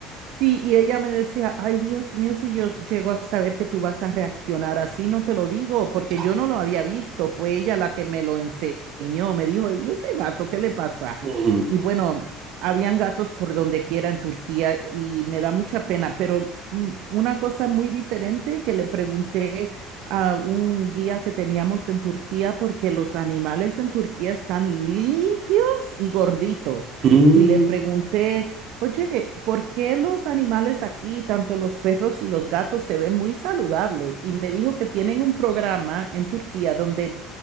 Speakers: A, on the right; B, on the right.
A: Sí, y ella me decía, ay Dios mío, si yo llego a saber que tú vas a reaccionar así, no te lo digo, porque
B: Ya.
A: yo no lo había visto, fue ella la que me lo enseñó, me dijo, ¿y ese gato qué le pasa?
B: Mm.
A: Y bueno, habían gatos por donde quiera en Turquía y me da mucha pena, pero mm, una cosa muy diferente que le pregunté a un guía que teníamos en Turquía, porque los animales en Turquía están limpios y gorditos,
B: Mm,
A: y le pregunté... Oye, ¿por qué los animales aquí, tanto los perros y los gatos, se ven muy saludables? Y me dijo que tienen un programa en Turquía donde